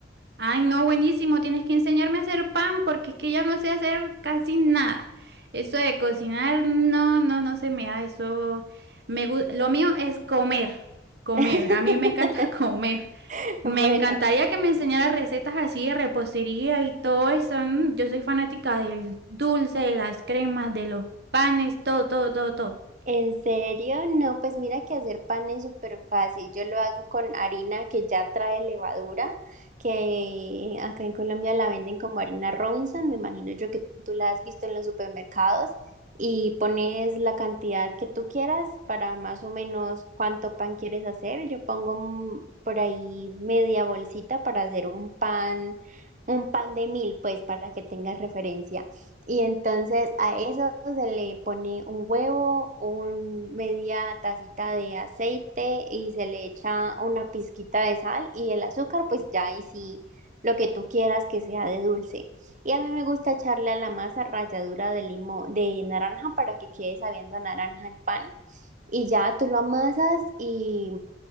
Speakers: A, on the right (about 60°); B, on the right (about 40°).
A: Ay, no, buenísimo. Tienes que enseñarme a hacer pan porque es que ya no sé hacer casi nada. Eso de cocinar, no, no, no se me da. Eso me gu- Lo mío es comer, comer.
B: <laughs>
A: A mí me encanta <laughs> comer.
B: Bueno,
A: Me encantaría que me enseñara recetas así de repostería y todo eso. mm, Yo soy fanática del dulce, de las cremas, de los panes, todo, todo, todo, todo.
B: ¿en serio? No, pues mira que hacer pan es súper fácil. Yo lo hago con harina que ya trae levadura, que acá en Colombia la venden como harina Robinson, me imagino yo que tú la has visto en los supermercados, y pones la cantidad que tú quieras para más o menos cuánto pan quieres hacer. Yo pongo mm, por ahí media bolsita para hacer un pan, un pan de mil, pues para que tengas referencia. Y entonces a eso se le pone un huevo, un media tacita de aceite y se le echa una pizquita de sal y el azúcar, pues ya ahí sí lo que tú quieras que sea de dulce. Y a mí me gusta echarle a la masa ralladura de limón, de naranja para que quede sabiendo a naranja el pan. Y ya tú lo amasas y